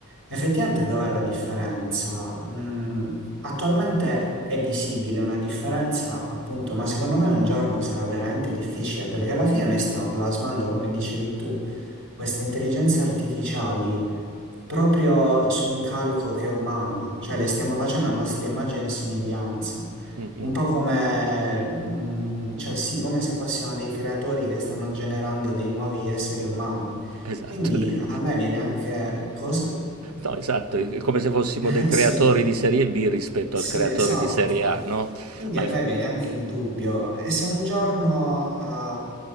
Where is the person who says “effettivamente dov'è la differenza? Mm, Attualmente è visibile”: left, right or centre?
Right